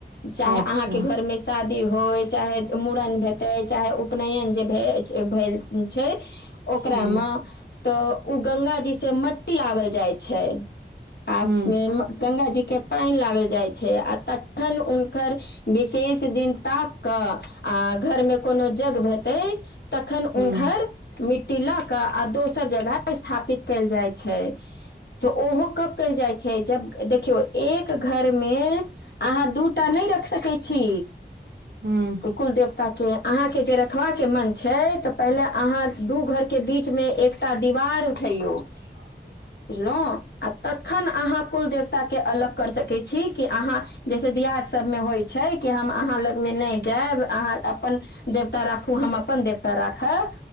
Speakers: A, on the left (about 65°); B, on the right (about 65°).
A: चाहे
B: अच्छा
A: अहाँ के घर मे शादी होय चाहे मूड़न भेतै चाहे उपनयन जे भऽ भेल छै ओकरा
B: हूँ
A: मे तऽ ओ गंगा जी से मट ट्टी लओल जाइ छै आप
B: हूँ आ
A: मे गंगाजी के पानि लाबल जाइ छै आ तखन हुनकर विशेष दिन ताक कऽ आ घर मे कोनो जग हेतै तखन
B: हूँ
A: हु घर मिट्टी लऽ कऽ आ दोसर जगह स्थापित कयल जाइ छै तऽ ओहो कब कल जाइ छै जब देखियौ एक घर मे अहाँ दू टा नहि रखि सकै छी
B: हूँ
A: कुलदेवताके अहां के जे र खबाके मन छै तऽ पहिले अहाँ दू घरके बीचमे एकटा दीवार उठैयौ
B: ह <inaudible> <inaudible>
A: बुझलहुँ आ तखन अहाँ कुल देवताके अलग करि सकैत छी कि अहाँ जैसे दियात सब में होइ छै कि हम अहाँ लग मे नहि जायब अहाँ अपन देव देता राखू हम अपन देवता राखय